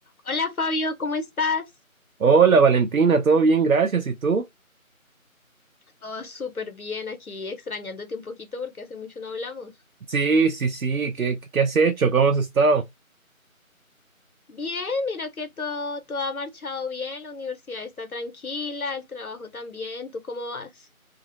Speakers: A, on the left; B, on the right.
A: Hola Fabio, ¿cómo estás?
B: Hola Valentina, todo bien, gracias. ¿Y tú?
A: Todo súper bien aquí, extrañándote un poquito porque hace mucho no hablamos.
B: Sí, sí, sí. ¿Qué, qué has hecho? ¿Cómo has estado?
A: Bien, mira que todo, todo ha marchado bien, la universidad está tranquila, el trabajo también, ¿tú cómo vas?